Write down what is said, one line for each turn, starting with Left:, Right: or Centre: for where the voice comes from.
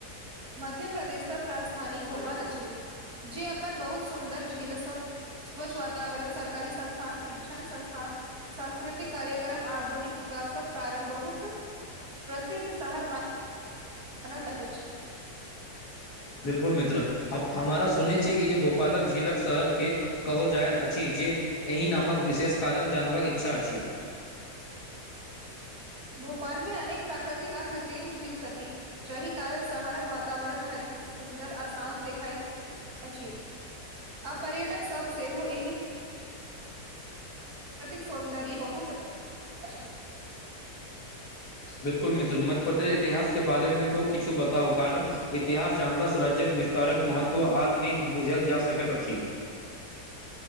Right: मध्यप्रदेशक राजधानी भोपाला अछि। जे अपन बहुत सुन्दर झील सब, स्वच्छ वातावरण स कारी संस्थान शिक्षण संस्थान। सांस्कृतिक कार्यक्रम आधुनिक विकासक कारण बहुत प्रसिद्ध शहर मा मानल जैत अति।
Left: बिलकुल मित्र ह- हमारा सुनने छी कि, भोपालक झीलक शहरके कहल जाइत अछि, जे एहि नामक विशेष कारण जानबाक इच्छा अछि।
Right: भोपाल मे अनेक प्राकृतिक आकृत्रिम झील छथि। जाहि कारण शहरक वातावरण हरि, सुन्दर आ शान्त देखाइत अछि। आ पर्यटक सब सेहो एहि तिक सौन्दर्य बहुत अछि।
Left: बिलकुल मित्र। मध्य प्रदेश इतिहास के बारे में तो किछु बताउ कारण इतिहास जानलासँ राज्यक विस्तारक महत्व आर नीक बुझल जा सकैत अछि।